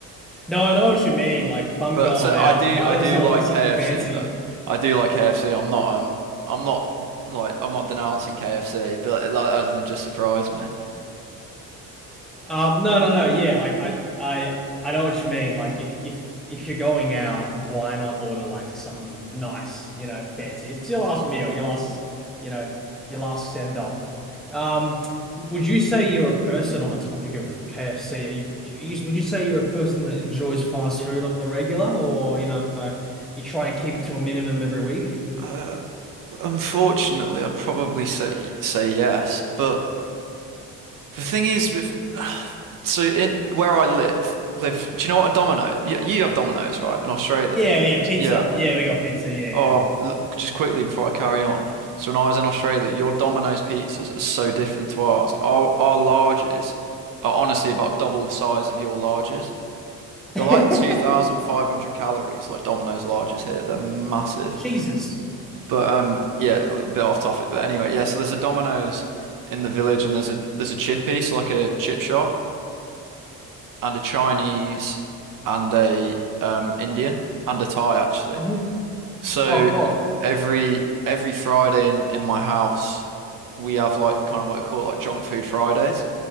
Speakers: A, in the centre; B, on the right (about 60°).
A: no, I know what you mean. Like, if I'm
B: But
A: going
B: so
A: out,
B: I do
A: might
B: I do
A: as well
B: like
A: order something
B: KFC
A: fancy.
B: though. I do like KFC. I'm not um I'm not like I'm not denouncing KFC, but it, like, as in it just surprised me.
A: Um, no, no, no. Yeah, like I, I, I know what you mean. Like if if if you're going out, why not order like something nice, you know, fancy? It's your last meal, your last, you know, your last send off. Um, would you say you're a person on the topic of KFC? Are you, you, would you say you're a person that enjoys fast food on the regular, or you know, you try and keep it to a minimum every week?
B: Uh, unfortunately, I'd probably say say yes, but the thing is with <sighs> so in where I live, they've do you know what a Domino? You, you have Domino's, right, in Australia?
A: Yeah, yeah, pizza.
B: Yeah.
A: Yeah, we got pizza. Yeah,
B: Oh, th- just quickly before I carry on. So when I was in Australia, your Domino's pizzas are so different to ours. Our our larges are honestly about double the size of your larges. They're
A: yeah.
B: like 2,500 calories, like Domino's larges here. They're massive.
A: <laughs> Cheeses.
B: But um, yeah, a bit off topic. But anyway, yeah. So there's a Domino's in the village, and there's a there's a chippy, so like a chip shop, and a Chinese, and a um Indian, and a Thai actually.
A: hmm
B: So
A: Oh God.
B: every every Friday in in my house, we have like kind of what we call like junk food Fridays.